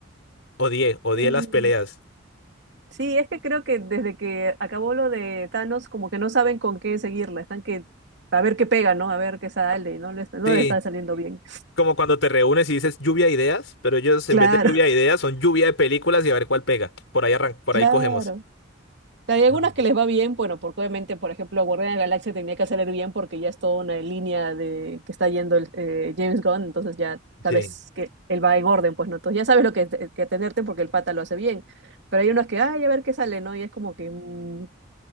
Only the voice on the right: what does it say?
Sí.
Sí, es que creo que desde que acabó lo de Thanos, como que no saben con qué seguirla. Están que a ver qué pega, ¿no? A ver qué sale. y No le, está- no
le está saliendo bien.
Claro,
<laughs>
claro.
Hay algunas
que les va bien, bueno, porque obviamente, por ejemplo, Guardián de la Galaxia tenía que salir bien porque ya es toda una línea de que está yendo el, eh, James Gunn, entonces ya sabes
que él va en orden, pues no, entonces ya sabes lo que, que atenderte porque el pata lo hace bien. Pero hay unas que, ay, a ver qué sale, ¿no? Y es como que mm,